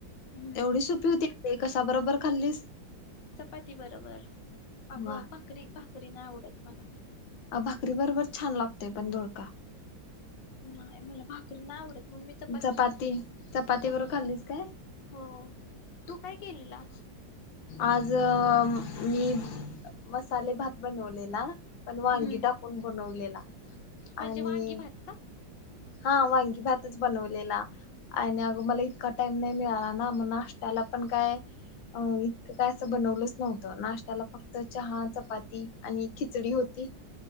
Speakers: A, on the left; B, on the left.
A: हम्म
B: एवढी सोपी होती? कसा बरोबर खाल्लीस?
A: चपाती बरोबर. अगं
B: वा
A: भाकरी भाकरी नाही आवडत मला.
B: अ भाकरी बरोबर छान लागतय पण दोडका.
A: नाय मला भाकरी नाय आवडत म्हणून मी चपात
B: चपाती चपाती
A: चपात
B: बरोबर खाल्लीस काय
A: हो. तू काय केलेलास
B: आज मी मसाले भात बनवलेला पण वांगी
A: हम्म
B: टाकून बनवलेला
A: म्हणजे
B: आणि
A: वांगी भात का?
B: हा वांगी भाताच बनवलेला आणि अगं मला इतका टाइम नाही मिळाला ना मग नाष्ट्याला पण काय अ इतं काय असं बनवलंच नव्हतं नाशत्याला फक्त चहा चपाती आणि खिचडी होती